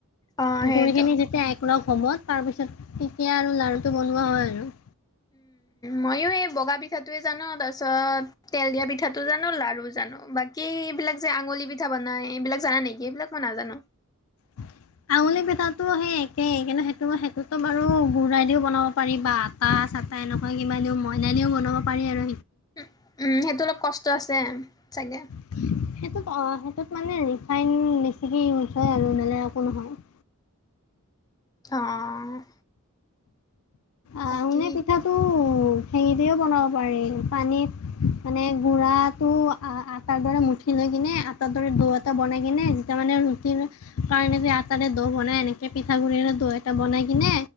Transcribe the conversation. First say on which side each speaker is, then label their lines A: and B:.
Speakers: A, on the left; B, on the left.
A: অ সেইটো
B: গুৰি খিনি যেতিয়া একলগ হবত তাৰ পিছত তেতিয়া আৰু লাৰুটো বনোৱা হয় আৰু <inaudible>
A: ময়ো এই বগা পিঠাটোৱে জানো তাৰপিছত। তেল দিয়া পিঠাটো জানো লাৰু জানো বাকী এইবিলাক যে আঙুলি পিঠা বনাই এইবিলাক জানা নেকি এইবিলাক মই নাজানো।
B: উ। আঙুলি পিঠাটো সেই একেই কিন্তু সেইটোই সেইটোতো বাৰু গুড়াই দিও বনাব পাৰি বা আটা। চাটা এনেকুৱা কিবা মইদা দিওঁ বনাব পাৰি আৰু।
A: উ উম সেইটো অলপ কষ্ট আছে চাগে।
B: ত সেইটোত অ সেইটোত মানে ৰিফাইন বেছিকে ইউজ হয় আৰু ন নলে একো নহয়। <inaudible>
A: অ'।
B: আহনে
A: বাকী
B: পিঠাটো হেঙি দিও বনাব পাৰি পানীত। মানে গুড়াটো আটাৰ দৰে মুঠি লৈ কিনে আটাৰ দৰে দৌ এটা বনাই কিনে যেতিয়া মানে। ৰুটিৰ কাৰণে আটাৰে দৌ বনাই এনেকে। পিঠাগুড়ৰে দৈ এটা বনাই কিনে